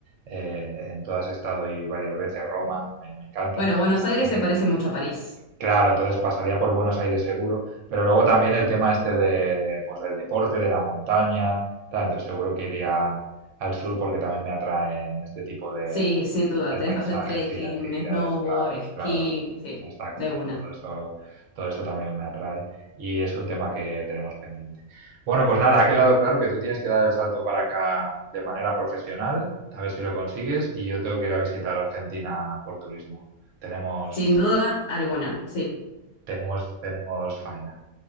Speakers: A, on the right; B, on the left.
A: eh, en todas he estado y varias veces, Roma, me, me encantan.
B: Bueno, Buenos Aires
A: Entonces,
B: se parece mucho a París.
A: Claro, entonces pasaría por Buenos Aires seguro, pero luego también el tema este de, pues del deporte, de la montaña, tal, entonces seguro que iría al sur porque también me atraen este tipo de,
B: Sí, sin duda.
A: de
B: Tenés
A: paisajes
B: para hacer trekking,
A: y de actividades,
B: snowboard,
A: claro,
B: esquí.
A: claro,
B: Sí,
A: exacto,
B: de una.
A: todo eso, todo eso también me atrae y es un tema que tenemos pendiente. Bueno, pues nada, ha quedado claro que tú tienes que dar el salto para acá de manera profesional, a ver si lo consigues, y yo tengo que ir a visitar Argentina por turismo. Tenemos
B: Sin duda alguna, sí.
A: tenemos, tenemos faena.